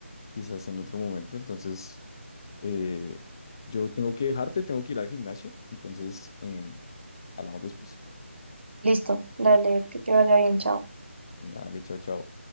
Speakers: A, on the left; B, on the right.
A: quizás en otro momento. Entonces, eh, yo tengo que dejarte, tengo que ir al gimnasio. Entonces, em, hablamos después.
B: Listo, dale, que te vaya bien, chao.
A: Dale, chao, chao.